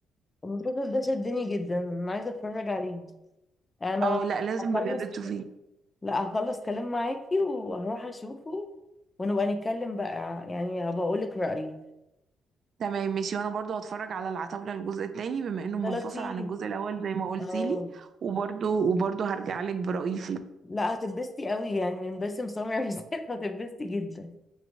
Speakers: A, on the left; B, on the right.
A: المسلسل ده شدني جدا انا عايزة اتفرج عليه انا
B: اه لا لازم
A: هخلص
B: بجد تشوفيه
A: لا هخلص كلام معاكي وهروح اشوفه ونبقى نتكلم بقى يعني هبقى اقولك رأيي
B: تمام ماشي وانا برضو هتفرج على العتاولة الجزء التاني بما انه
A: ده
B: منفصل
A: لطيف
B: عن الجزء الاول زي ما قلتي
A: اه
B: لي وبرضو وبرضو هرجع لك برأيي فيه
A: لا هتتبسطي قوي يعني من باسم سمرة بالذات <laughs> هتتبسطي جدا